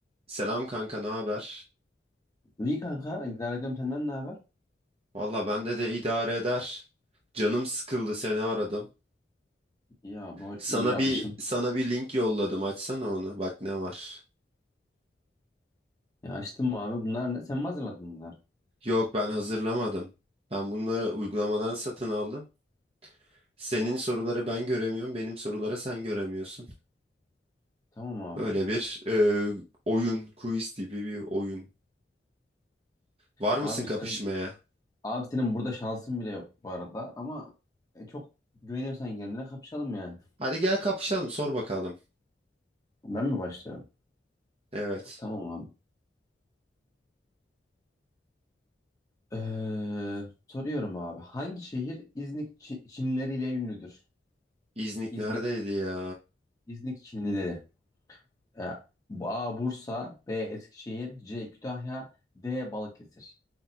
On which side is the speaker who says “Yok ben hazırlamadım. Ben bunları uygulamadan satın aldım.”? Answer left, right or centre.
Right